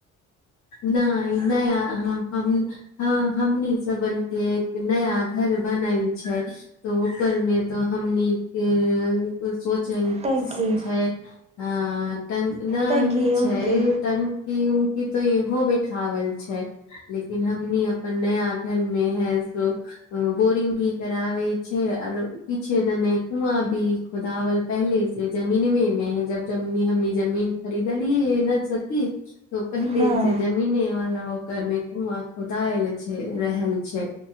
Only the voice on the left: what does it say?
नहि नहि हम हँ हमनी सबन के एक नया घर बनै छै त ओ करमे त हमनि कै सोची
छै तन नहि
छै टंकी उंकी तो इहो बैठावल छै लेकिन हमनी अपन नया घर मे है सो अ बोरिंग भी कराबै छै आओर पीछे दने कुआ भी खुदाावल पहले से जमीनवे में है जब जनी हमनी जमीन खरीदल की नहि सति <unintelligible> त पहिले
से जमीने वला ओकर मे कुआं खोदायल छै रहल छै